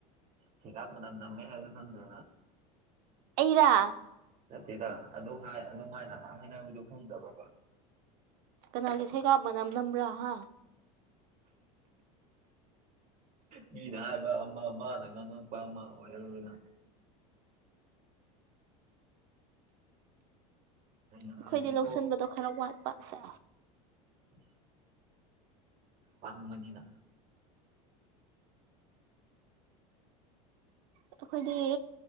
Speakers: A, on the right (about 45°); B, on the right (about 65°).
A: ꯁꯤꯔꯥꯛꯄ ꯃꯇꯝ ꯅꯃꯦ ꯍꯥꯏ ꯐꯟꯗ
B: ꯑꯩꯔ
A: ꯆꯠꯇꯦꯗ ꯑꯗꯨ ꯍꯥꯏ ꯑꯗꯨꯃꯥꯏꯅ ꯍꯥꯏꯅꯕꯗꯨ ꯈꯪꯗꯕ꯭ꯔꯕ
B: ꯀꯅꯥꯒꯤꯁꯦꯒꯥꯕꯅ ꯅꯝꯕ꯭ꯔꯥ ꯍꯥ
A: ꯃꯤꯅ ꯍꯥꯏꯕ ꯑꯃ ꯑꯃꯅ ꯉꯥꯡꯉ ꯋꯥꯃ ꯑꯣꯏꯅ ꯑꯩꯅ
B: ꯑꯩꯈꯣꯏꯗꯤ
A: ꯍꯥꯏꯕꯗꯤꯀꯣ
B: ꯂꯧꯁꯟꯕꯗꯣ ꯈꯔ ꯋꯥꯠꯄꯁꯦ
A: ꯎ ꯋꯥ ꯃꯅꯤꯗ
B: ꯑꯩꯈꯣꯏꯗꯤ